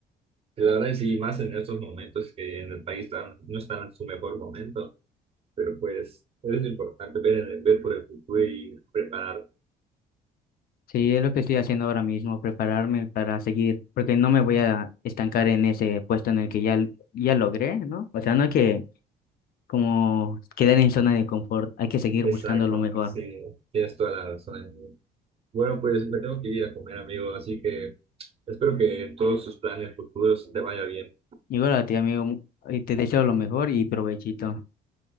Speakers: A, on the right; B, on the left.
A: Y La verdad es sí, más en estos momentos que en el país están- no están en su mejor momento, pero pues es importante ver, en- el- ver por el futuro y preparar.
B: Sí, es lo que estoy haciendo ahora mismo, prepararme para seguir, porque no me voy a estancar en ese puesto en el que ya, ya logré, ¿no? O sea, no hay que como quedar en zona de confort, hay que seguir
A: Exacto,
B: buscando lo mejor.
A: sí, tienes toda la razón. amigo. Bueno, pues me tengo que ir a comer, amigo, así que espero que en todos tus planes futuros te vaya bien.
B: Igual a ti, amigo, mu- y te deseo lo mejor y provechito.